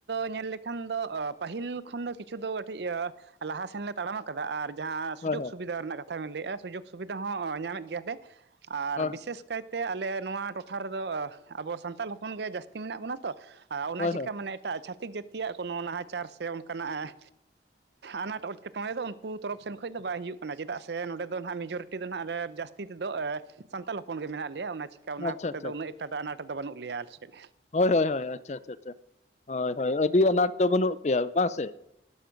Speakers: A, on the right (about 70°); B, on the left (about 40°).
A: ᱧᱮᱞ ᱞᱮᱠᱷᱟᱱ ᱫᱚ ᱯᱟᱹᱦᱤᱞ ᱠᱷᱚᱱ ᱫᱚ ᱠᱤᱪᱷᱩ ᱫᱚ ᱠᱟᱹᱴᱤᱡ ᱞᱟᱦᱟ ᱥᱮᱱ ᱛᱟᱲᱟᱢ ᱟᱠᱟᱫᱟ ᱟᱨ ᱡᱟᱦᱟᱸ ᱥᱩᱡᱳᱜᱽ
B: ᱦᱳᱭ ᱦᱳᱭ
A: ᱥᱩᱵᱤᱫᱷᱟ ᱨᱮᱱᱟᱜ ᱠᱟᱛᱷᱟ ᱵᱮᱱ ᱞᱟᱹᱭᱮᱜᱼᱟ ᱥᱩᱡᱳᱜᱽ ᱥᱩᱵᱤᱫᱷᱟ ᱦᱚᱸ ᱧᱟᱢᱮᱫ ᱜᱮᱭᱟᱞᱮ ᱟᱨ
B: ᱦᱳᱭ
A: ᱵᱤᱥᱮᱥ ᱠᱟᱭᱛᱮ ᱛᱮ ᱟᱞᱮ ᱱᱚᱣᱟ ᱴᱚᱴᱷᱟ ᱨᱮᱫᱚ ᱟᱵᱚ ᱥᱟᱱᱛᱟᱲ ᱦᱚᱯᱚᱱ ᱜᱮ ᱡᱟᱹᱥᱛᱤ ᱢᱮᱱᱟᱜ ᱵᱚᱱᱟ ᱛᱚ ᱟᱨ ᱚᱱᱟ
B: ᱦᱳᱭ
A: ᱪᱮᱠᱟ
B: ᱦᱳᱭ
A: ᱢᱟᱱᱮ ᱮᱴᱟᱜ ᱪᱷᱟᱛᱤᱠ ᱡᱟᱹᱛᱤᱭᱟᱜ ᱠᱳᱱᱳ ᱱᱟᱦᱟᱪᱟᱨ ᱥᱮ ᱚᱱᱠᱟᱱᱟᱜ ᱟᱱᱟᱴ ᱮᱴᱠᱮᱴᱚᱬᱮ ᱫᱚ ᱩᱱᱠᱩ ᱛᱚᱨᱚᱯ ᱥᱮᱱ ᱠᱷᱚᱱᱚᱡ ᱫᱚ ᱵᱟᱭ ᱦᱩᱭᱩᱜ ᱠᱟᱱᱟ ᱪᱮᱫᱟᱜ ᱥᱮ ᱱᱚᱸᱰᱮ ᱫᱚ ᱱᱟᱦᱟᱜ ᱢᱮᱡᱚᱨᱤᱴᱤ ᱫᱚ ᱱᱟᱦᱟᱜᱞᱮ ᱡᱟᱹᱥᱛᱤ ᱛᱮᱫᱚ ᱥᱟᱱᱛᱟᱲ ᱦᱚᱯᱚᱱ ᱜᱮ ᱢᱮᱱᱟᱜ ᱞᱮᱭᱟ ᱚᱱᱟ ᱪᱤᱠᱠᱟ ᱚᱱᱟ
B: ᱟᱪᱪᱷᱟ
A: ᱠᱚᱛ
B: ᱟᱪᱪᱷᱟ
A: ᱫᱚ ᱩᱱᱟᱹᱜ ᱮᱠᱴᱟ ᱫᱚ ᱟᱱᱟᱴᱟ ᱫᱚ ᱵᱟᱹᱱᱩᱜ ᱞᱮᱭᱟ ᱟᱞᱮᱥᱮᱫ ᱫᱚ
B: ᱦᱳᱭ ᱦᱳᱭ ᱦᱳᱭ ᱟᱪᱪᱷᱟ ᱟᱪᱪᱷᱟ ᱟᱪᱪᱷᱟ ᱦᱳᱭ ᱦᱳᱭ ᱟᱹᱰᱤ ᱟᱱᱟᱴ ᱫᱚ ᱵᱟᱹᱱᱩᱜ ᱯᱮᱭᱟ ᱵᱟᱝ ᱥᱮ